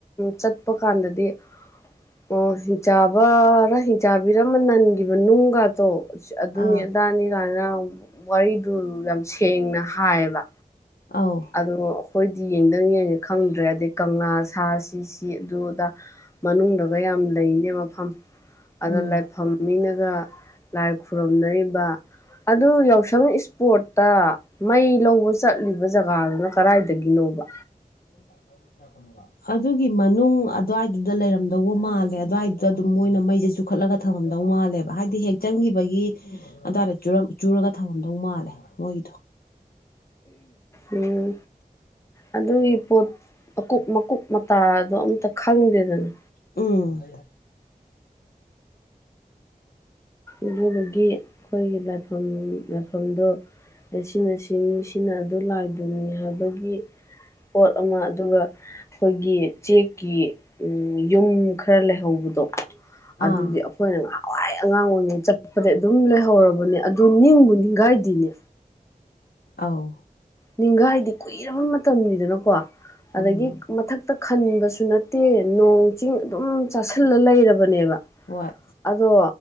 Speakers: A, on the left (about 20°); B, on the left (about 80°).
A: ꯆꯠꯄ ꯀꯥꯟꯗꯗꯤ ꯑꯣ ꯍ ꯆꯕꯔ ꯍ ꯆꯥꯕꯤꯔꯃ ꯅꯟꯈꯤꯕ ꯅꯨꯡꯒꯗꯣ ꯑꯗꯨꯅꯤ
B: ꯑꯥ
A: ꯑꯗꯥꯅꯤ ꯀꯥꯏꯅ ꯋꯥꯔꯤꯗꯨ ꯌꯥꯝ ꯁꯦꯡꯅ ꯍꯥꯏꯌꯦꯕ
B: ꯑꯥꯎ
A: ꯑꯗꯣ ꯑꯩꯈꯣꯏꯗꯤ ꯌꯦꯡꯗꯪ ꯌꯦꯡꯉꯦ ꯈꯪꯗ꯭ꯔꯦ ꯑꯗꯩ ꯀꯪꯂꯥ ꯁꯥ ꯁꯤꯁꯤ ꯑꯗꯨꯗ ꯃꯅꯨꯡꯗꯒ ꯌꯥꯝ ꯂꯩꯅꯦ ꯃꯐꯝ ꯑꯗꯨꯗ
B: ꯎꯝ
A: ꯂꯥꯏꯐꯝꯅꯤꯅꯒ ꯂꯥꯏ ꯈꯨꯔꯨꯝꯅꯔꯤꯕ ꯑꯗꯨ ꯌꯥꯎꯁꯪ ꯏꯁꯄꯣꯔꯠꯇ ꯃꯩ ꯂꯧꯕ ꯆꯠꯂꯤꯕ ꯖꯒꯥꯗꯨꯅ ꯀꯗꯥꯏꯗꯒꯤꯅꯣꯕ
B: <unintelligible> ꯑꯗꯨꯒꯤ ꯃꯅꯨꯡ ꯑꯗꯨꯋꯥꯏꯗꯨꯗ ꯂꯩꯔꯝꯗꯧꯕ ꯃꯥꯜꯂꯦ ꯑꯗꯨꯋꯥꯏꯗꯨꯗ ꯑꯗꯨꯝ ꯃꯣꯏꯅ ꯃꯩꯁꯦ ꯈꯠꯂꯒ ꯊꯝꯃꯝꯗꯧ ꯃꯥꯜꯂꯦꯕ ꯍꯥꯏꯗꯤ ꯍꯦꯛ ꯆꯪꯈꯤꯕꯒꯤ ꯑꯗꯨꯋꯥꯏꯗ ꯆꯨꯔꯒ ꯊꯝꯃꯝꯗꯧ ꯃꯥꯜꯂꯦ ꯃꯣꯏꯒꯤꯗꯣ
A: ꯎꯝ ꯑꯗꯨꯒꯤ ꯄꯣꯠ ꯑꯀꯨꯞ ꯃꯀꯨꯞ ꯃꯇꯥꯗꯣ ꯑꯝꯇ ꯈꯪꯗꯦꯗꯅ
B: ꯎꯝ
A: ꯑꯗꯨꯒꯤ ꯑꯩꯈꯣꯏꯒꯤ ꯂꯥꯏꯐꯝ ꯂꯥꯏꯐꯝꯗꯣ ꯁꯤꯅ ꯁꯤꯅꯤ ꯁꯤꯅ ꯑꯗꯨ ꯂꯥꯏꯗꯨꯅꯤ ꯍꯥꯏꯕꯒꯤ ꯄꯣꯠ ꯑꯃ ꯑꯗꯨꯒ ꯑꯩꯈꯣꯏꯒꯤ ꯆꯦꯛꯀꯤ ꯌꯨꯝ ꯈꯔ ꯂꯩꯍꯧꯕꯗꯣ ꯑꯗꯨꯗꯤ
B: ꯑꯥ
A: ꯑꯩꯈꯣꯏꯅ ꯉꯍꯥꯟꯋꯥꯏ ꯑꯉꯥꯡ ꯑꯣꯏꯔꯤꯉꯩ ꯆꯠꯄꯗꯤ ꯑꯗꯨꯝ ꯂꯩꯍꯧꯔꯕꯅꯦ ꯑꯗꯨ ꯅꯤꯡꯕꯨ ꯅꯤꯡꯒꯥꯏꯗꯤꯅꯦ
B: ꯑꯥꯎ
A: ꯅꯤꯡꯒꯥꯏꯗ‌ꯦ ꯀꯨꯏꯔꯕ ꯃꯇꯝꯅꯤꯗꯅꯀꯣ ꯑꯗꯒꯤ
B: ꯎꯝ
A: ꯃꯊꯛ ꯛꯇ ꯈꯟꯕꯁꯨ ꯅꯠꯇꯦ ꯅꯣꯡ ꯆꯤꯡ ꯑꯗꯨꯝ ꯆꯥꯁꯤꯜꯂ ꯂꯩꯔꯕꯅꯦꯕ
B: ꯍꯏ
A: ꯑꯗꯣ